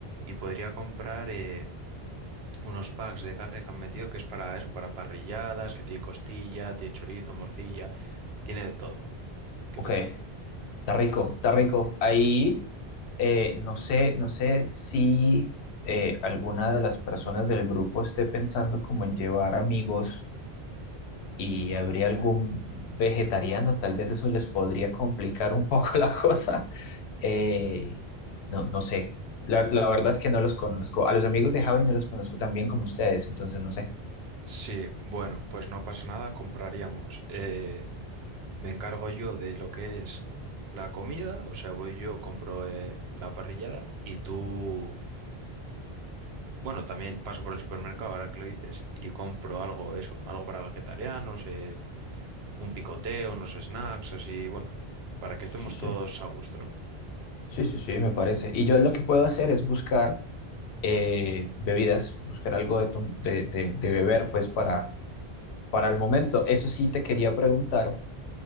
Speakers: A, on the right; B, on the left.
A: y podría comprar eh, unos packs de carne que han metido que es para eso, para parrilladas, que tiene costilla, tiene chorizo, morcilla, tiene de todo. ¿Qué
B: ok.
A: te parece?
B: Está rico, está rico. Ahí eh, no sé, no sé si eh, alguna de las personas del grupo esté pensando como en llevar amigos y habría algún vegetariano, tal vez eso les podría complicar un poco <laughs> la cosa. Eh, no, no sé. La, la verdad es que no los conozco. A los amigos de Javi no los conozco tan bien como ustedes, entonces no sé.
A: Sí, bueno, pues no pasa nada, compraríamos. Eh, me encargo yo de lo que es la comida, o sea, voy yo, compro eh, la parrillada y tú, bueno, también paso por el supermercado, ahora que lo dices, y compro algo, eso, algo para vegetarianos, eh, un picoteo, unos snacks, así, bueno, para que estemos
B: Sí, sí.
A: todos a gusto, ¿no?
B: Sí, sí, sí, me parece. Y yo lo que puedo hacer es buscar eh, bebidas, buscar algo de, tom- de, de- de beber, pues para, para el momento. Eso sí te quería preguntar,